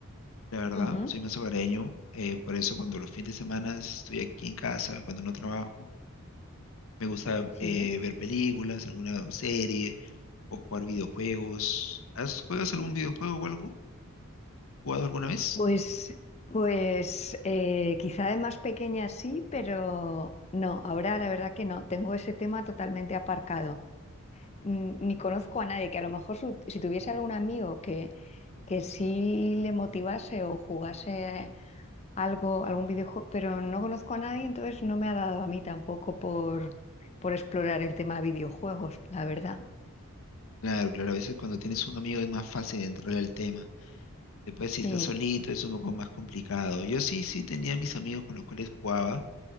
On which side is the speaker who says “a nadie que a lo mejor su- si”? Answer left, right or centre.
Left